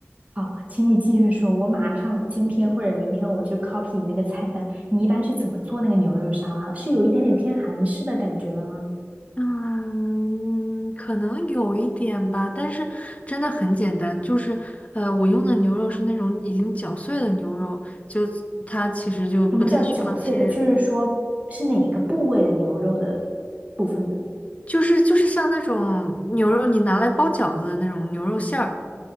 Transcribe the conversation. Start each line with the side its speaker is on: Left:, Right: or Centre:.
Right: 好，请你继续说，我马上今天或者明天我就 copy 你那个菜单。你一般是怎么做那个牛肉沙拉的？是有一点点偏韩式的感觉的吗？
Left: 嗯，可能有一点吧，但是真的很简单，就是呃，我用的牛肉是那种已经绞碎的牛肉，就它其实就不太需要切，
Right: 什么叫绞碎的？就是说是哪个部位的牛肉的部分呢？
Left: 就是就是像那种牛肉你拿来包饺子的那种牛肉馅儿。